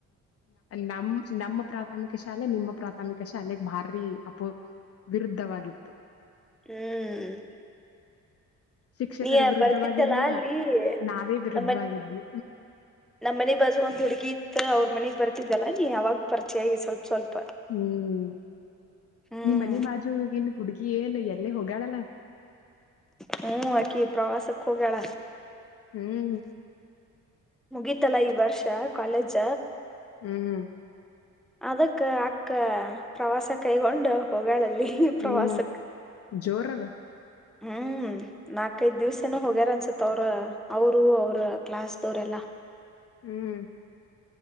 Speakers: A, on the left; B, in the centre.
A: ನಮ್ಮ್ ನಮ್ಮ ಪ್ರಾಥಮಿಕ ಶಾಲೆ ನಿಮ್ಮ ಪ್ರಾಥಮಿಕ ಶಾಲೆೆಗೆ ಭಾರಿ ಅಪ ವಿರುದ್ಧವಾಗಿತ್ತು
B: ಹ್ಮ್
A: ಶಿಕ್ಷಕರ
B: ನೀ
A: ವಿರುದ್ಧವಾಗಿರ್ಲಿಲ್ಲ
B: ಬರ್ತಿದ್ದಲಾ ಅಲ್ಲಿ
A: ನಾವೇ ವಿರುದ್ಧವಾಗಿದ್ವಿ
B: ನಮ್ಮನ್ ನಮ್ನೆ ಬಜು ಒಂದ್ ಹುಡ್ಗಿ ಇತ್ತು ಅವ್ರ ಮನಗ್ ಬರ್ತ ಲ್ಲ ನೀ ಅವಾಗ ಪರಿಚಯಾಗಿ ಸ್ವಲ್ಪ ಸ್ವಲ್ಪ
A: ಹ್ಮ್
B: ಹ್ಮ್
A: ನಿಮ್ಮ ಮನೆ ಬಾಜು ಹುಡ್ಗಿ ಏನು ಎಲ್ಲೇ ಹೋಗಾಳಲ್ಲ
B: ಹ ಹಾಕಿ ಪ್ರವಾಸಕ ಹೊಗ್ಯಾಳ
A: ಹ್ಮ್
B: ಮುಗೀತಲ್ಲಾ ಈ ವರ್ಷ ಕಾಲೇಜ
A: ಹ್ಮ್
B: ಅದಕ್ಕ ಅಕ್ಕ ಪ್ರವಾಸ ಕೈಗೊಂಡ ಹೋಗಳ್ ಅಲ್ಲಿ ಪ್ರವಾಸಕ್ಕ
A: ಹ್ಮ್ ಜೋರದ
B: ಹ್ಮ್ ನಾಕೈದ್ ದಿವ್ಸ ಏನ ಹೋಗ್ಯಾರ ಅನ್ಸತ್ ಅವ್ರ ಅವರು ಅವ್ರ ಕ್ಲಾಸ್ದವ್ರೆಲ್ಲಾ
A: ಹ್ಮ್